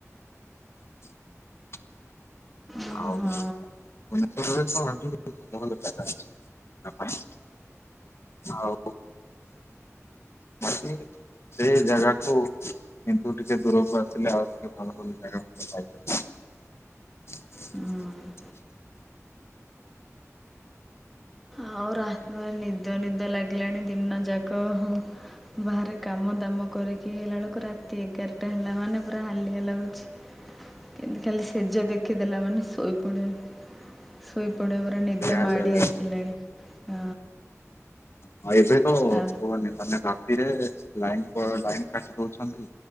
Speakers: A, on the left; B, in the centre.
A: <inaudible>
B: ଓ
A: ଆଉ
B: ହଁ
A: ନହଲେ <unintelligible> ଆଉ <unintelligible> ସେଇ ଜାଗାକୁ କିନ୍ତୁ ଟିକେ ଦୂରକୁ ଆସିଲେ ଆଉ ଟିକେ ଭଲ ଭଲ ଜାଗା ମଧ୍ୟ ପାଇପାରିବି। <inaudible>
B: ହୁଁ। ଆଉ ରା ନିଦ ନିଦ ଲାଗିଲାଣି ଦିନ ଯାକ ବାହାରେ କାମ ଦାମ କରିକି ହେଲାବେଳକୁ ରାତି। ରା ଏଗାରଟା ହେଲା ମାନେ ପୁରା ହାଲିଆ ଲାଗୁଛିମତି ଖାଲି ସେଜ ଦେଖ ଦେଖିଦେଲା ମାନେ ଶୋଇପଡିିବା ଶୋଇପଡିବା ପୁରା ନିଦ
A: ହାଲିଆ
B: ମାଡି
A: ଲାଗେ
B: ଆସିଲାଣି। ହଁ।
A: ଆଉ ଏବେ ତ
B: ତା
A: ପୁଅ ମାନେ କାତିରେ ଲାଇନ ପ ଲାଇନ କାଟି ଦଉଛନ୍ତି